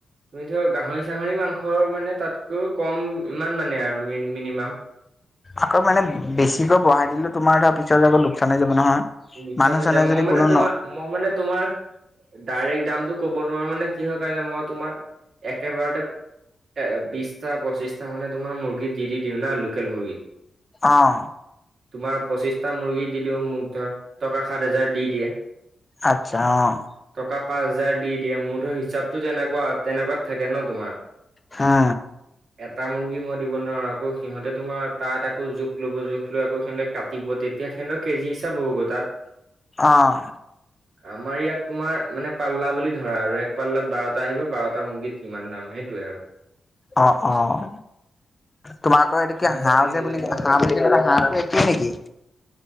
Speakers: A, on the right (about 65°); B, on the left (about 25°).
A: তুমি ধৰ গাহৰি- চাহৰি মাংসৰ মানে তাতকৈ কম ইমান মানে আৰু মিনিমাম।
B: আকৌ মানে বেছিকৈ বঢ়াই দিলেও তোমাৰ ধৰা পিছৰ আকৌ লোকচান হৈ যাব নহয়।
A: লোকচান
B: মানুহ
A: হৈ
B: চানুহে
A: যায়, মই
B: যদি
A: মানে
B: কোনো
A: তোমাৰ,
B: ন
A: মই মানে তোমাৰ ডাইৰেক্ট দামটো ক'ব নোৱাৰো মানে কিহৰ কাৰণে মই তোমাৰ একেবাৰতে এ' বিশটা, পঁচিশটা মানে তোমাৰ মুৰ্গী দি দি দিও না লোকেল মুৰ্গী।
B: অ'।
A: তোমাৰ পঁচিশটা মুৰ্গী দি দিওঁ, মোক ধৰ টকা সাত হাজাৰ দি দিয়ে।
B: আচ্ছা' অঁ'।
A: টকা পাঁচ হাজাৰ দি দিয়ে। মোৰ ধৰ হিচাপতো তেনেকুৱা, তেনেকুৱাত থাকে ন' তোমাৰ।
B: হা।
A: এটা মুৰ্গী মই দিব নোৱাৰো আকৌ সিহঁতে তোমাৰ তাত আকৌ জোখ ল'ব, জোখ লৈ আকৌ সিহঁতে কা টিব তেতিয়া সিহঁতৰ কেজি হিচাপ হ'বগৈ তাত।
B: অহ'।
A: আমাৰ ইয়াত তোমাৰ মানে পাল্লা বুলি ধৰা আৰু এক পাল্লাত বাৰটা আহিব বাৰটা মুৰ্গীত কিমান দাম সেইটোৱে আৰু।
B: অহ'-অহ'। তোমাৰ আকৌ এইটো
A: খাহী
B: কিয়
A: ছাগলী
B: হাঁহ যে
A: কেইজনীমান
B: বুলি হাঁহ বুলি হাঁহ একেই নেকি?